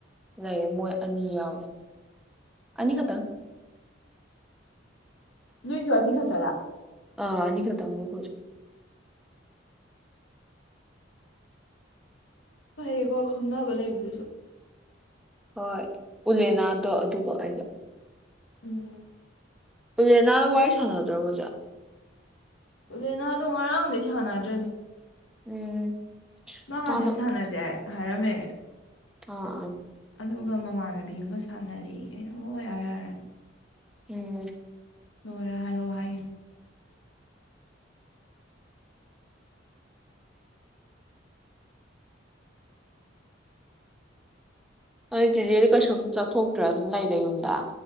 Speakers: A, in the centre; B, on the left (about 85°).
A: ꯂꯩꯌꯦ ꯃꯣꯏ ꯑꯅꯤ ꯌꯥꯎꯋꯦ
B: ꯑꯣ
A: ꯑꯅꯤ ꯈꯛꯇꯪ
B: ꯅꯣꯏꯁꯨ ꯑꯅꯤ ꯈꯛꯇꯔ
A: ꯑꯥ ꯑꯅꯤ ꯈꯛꯇꯪꯅꯤ ꯑꯈꯣꯢꯁꯨ
B: ꯐꯩꯌꯦꯕꯣ ꯈꯪꯅꯕ ꯂꯩꯕꯗꯨꯁꯨ
A: ꯍꯣꯏ ꯎꯂꯦꯅꯥꯗꯣ ꯑꯗꯨ ꯑꯩꯒ
B: ꯎꯝ
A: ꯎꯂꯦꯅꯒ ꯋꯥꯔꯤ ꯁꯅꯗ꯭ꯔꯕꯣ ꯍꯧꯖꯤꯛ
B: ꯎꯂꯅꯥꯗꯣ ꯉꯔꯥꯡ ꯗꯩ ꯁꯥꯟꯅꯗ꯭ꯔꯦ ꯑꯗꯨꯝ
A: ꯎꯝ
B: ꯃꯥ ꯉꯁꯥꯏ
A: ꯃꯥꯗꯣ
B: ꯁꯥꯟꯅꯁꯦ ꯍꯥꯏꯔꯝꯃꯦ
A: ꯑꯥ ꯑꯥ
B: ꯑꯗꯨꯒ ꯃꯃꯥꯟꯅꯕꯤ ꯑꯃꯒ ꯁꯥꯟꯅꯔꯦꯌꯦ ꯑꯩꯅ ꯍꯣꯏ ꯌꯥꯔꯦ ꯌꯥꯔꯦ
A: ꯎꯝ
B: ꯂꯣꯏꯔ ꯍꯥꯏꯔꯛꯑꯣ ꯍꯥꯏꯒꯤꯝ
A: ꯑꯗꯨꯗꯤ ꯆꯤꯆꯦꯁꯨ ꯀꯩꯁꯨꯝ ꯆꯠꯊꯣꯛꯇ꯭ꯔꯥ ꯑꯗꯨꯝ ꯂꯩꯔꯦ ꯌꯨꯝꯗ